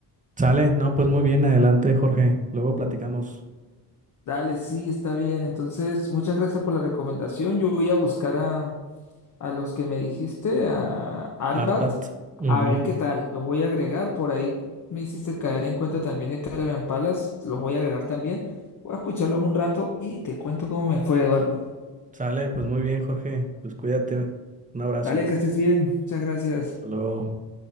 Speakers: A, on the right; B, on the left.
A: Sale. No, pues muy bien. Adelante, Jorge. Luego platicamos.
B: Dale, sí, está bien. Entonces, muchas gracias por la recomendación. Yo voy a buscar a, a los que me dijiste, a Arbat,
A: Artat.
B: a
A: Ujú.
B: ver qué tal. Los voy a agregar. Por ahí me hiciste caer en cuenta también de Caravan Palace. Los voy a agregar también. Voy a escucharlos un rato y te cuento cómo me fue, Eduardo.
A: Sale. Pues muy bien, Jorge. Pues cuídate. Un abrazo.
B: Dale, que estés bien. Muchas gracias.
A: Hasta luego.